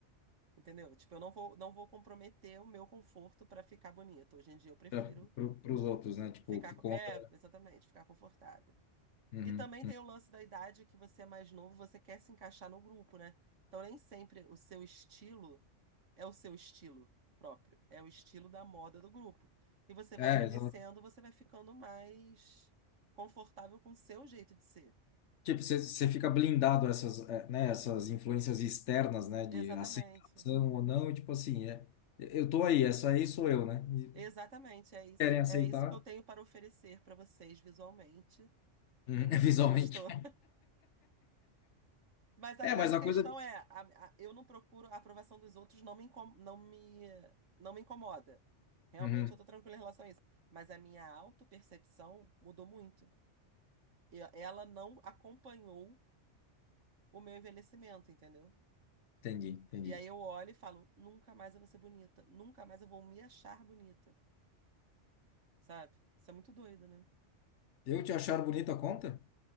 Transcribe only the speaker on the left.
Para os outros, né? Tipo,
o que
conta.
Uhum.
É,
exato.
Tipo, você você fica blindado a essas, eh, né, essas influências externas, né, de
aceitação ou não, e tipo assim, é, eu tô aí, essa aí sou eu, né? E
querem aceitar,
uhum,
<laughs> visualmente.
É,
mas a
coisa.
Uhum,
entendi, entendi.
Eu te achar bonita a conta?